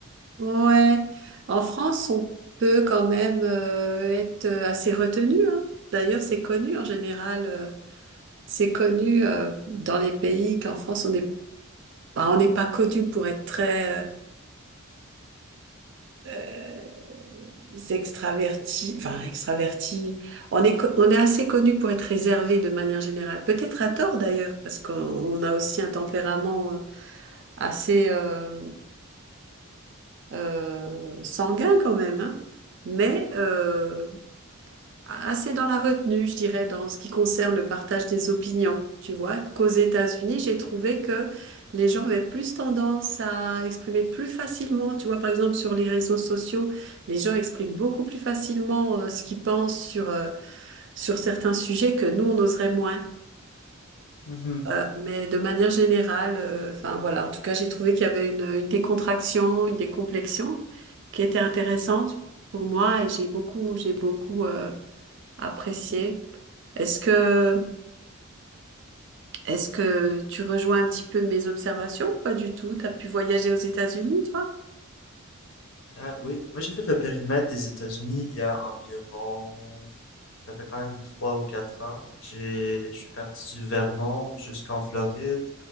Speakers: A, on the right; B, on the left.
A: ouais. En France, on peut quand même euh, être euh, assez retenu, hein. D'ailleurs, c'est connu en général. euh, c'est connu euh, dans les pays qu'en France, on n'est pas, on n'est pas connu pour être très euh, euh, extravertis, enfin extravertis. On est, co- on est assez connu pour être réservé de manière générale. Peut-être à tort d'ailleurs, parce qu'on on a aussi un tempérament euh, assez euh, euh, sanguin quand même. hein. Mais euh, assez dans la retenue, je dirais, dans ce qui concerne le partage des opinions. Tu vois, qu'aux États-Unis, j'ai trouvé que les gens avaient plus tendance à exprimer plus facilement. Tu vois, par exemple, sur les réseaux sociaux, les gens expriment beaucoup plus facilement euh, ce qu'ils pensent sur, euh, sur certains sujets que nous, on oserait moins.
B: même?
A: Euh, mais de manière générale, euh, enfin voilà, en tout cas, j'ai trouvé qu'il y avait une, une décontraction, une décomplexion qui était intéressante pour moi et j'ai beaucoup, j'ai beaucoup euh, apprécié. Est-ce que, est-ce que tu rejoins un petit peu mes observations ou pas du tout? T'as pu voyager aux États-Unis, toi?
B: Ah oui, moi j'ai fait le périmètre des États-Unis il y a environ, ça fait quand même trois ou quatre ans. J'ai, je suis parti du Vermont jusqu'en Floride